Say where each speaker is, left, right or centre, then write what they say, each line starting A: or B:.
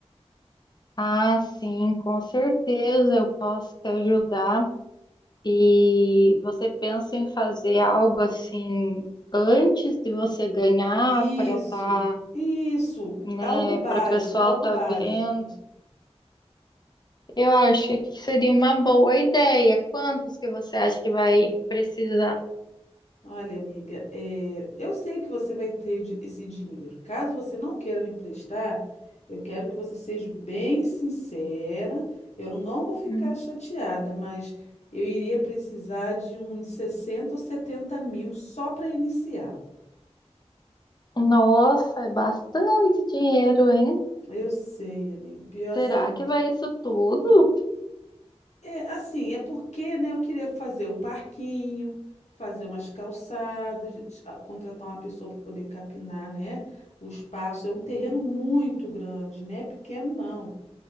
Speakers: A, on the left (about 40°); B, on the left (about 85°).
A: Ah, sim, com certeza eu posso te ajudar. E você pensa em fazer algo assim antes de você ganhar
B: Isso,
A: para estar,
B: isso,
A: né,
B: algo básico,
A: para o pessoal
B: algo
A: tá
B: básico.
A: vendo? Eu acho que seria uma boa ideia. Quantos que você acha que vai precisar?
B: Olha, amiga, eh, eu sei que você vai ter di- esse dinheiro. Caso você não queira me emprestar, eu quero que você seja bem sincera. Eu não vou ficar
A: Hum.
B: chateada, mas eu iria precisar de uns 60 ou 70 mil só para iniciar.
A: Nossa, é bastante dinheiro, hein?
B: Eu sei, amigo. Pior
A: Será
B: assim,
A: que vai isso tudo?
B: É, assim, é porque, né, eu queria fazer o parquinho, fazer umas calçadas, a- contratar uma pessoa para poder capinar, né, o espaço. É um terreno muito grande, não é pequeno, não.